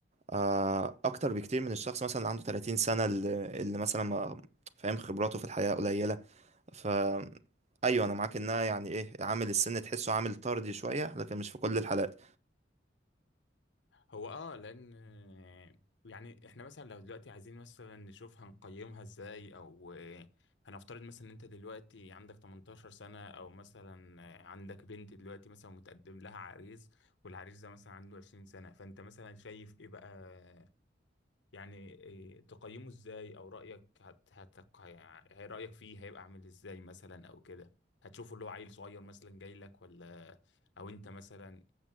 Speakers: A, on the right (about 40°); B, on the left (about 85°).
A: آه، اكتر بكتير من الشخص مثلا اللي عنده 30 سنه اللي اللي مثلا ما فاهم خبراته في الحياه قليله ف ايوه انا معاك انها يعني ايه عامل السن تحسه عامل طردي شويه لكن مش في كل الحالات
B: هو اه لان آه، يعني احنا مثلا لو دلوقتي عايزين مثلا نشوف هنقيمها ازاي او آه، هنفترض مثلا ان انت دلوقتي عندك 18 سنة او مثلا آه، عندك بنت دلوقتي مثلا متقدم لها عريس والعريس ده مثلا عنده 20 سنة فانت مثلا شايف ايه بقى يعني إيه تقيمه ازاي او رأيك هت هتق... يعني رأيك فيه هيبقى عامل ازاي مثلا او كده هتشوفه اللي هو عيل صغير مثلا جاي لك ولا او انت مثلا